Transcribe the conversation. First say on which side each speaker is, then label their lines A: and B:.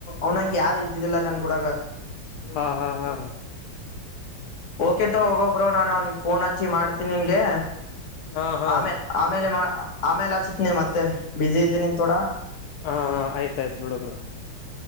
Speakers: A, on the left; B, on the left.
A: ಅವ್ನಂಗ ಯಾರು ಇದ್ದಿದ್ದಿಲ್ಲಾ ನನ್ಗೂಡಗ
B: ಹಾ ಹಾ ಹಾ
A: ಓಕೆತೋ ಹೋಗೊಬ್ರೋ ನಾನು ಅವ್ನಿಗ್ ಫೋನ್ ಹಚ್ಚಿ ಮಾಡ್ತೀನಿ ನಿನ್ಗೆ
B: ಹಾ ಹಾ
A: ಆಮೇಲ್ ಆಮೇಲೆ ಮಾ ಆಮೇಲೆ ಹಚ್ಚ್ತ್ನಿ ಮತ್ತೆ ಬಿಜಿ ಇದ್ದೀನಿ ತೋಡ
B: ಹಾ ಹಾ ಆಯ್ತ್ ಆಯ್ತು ಬಿಡು ಬ್ರೋ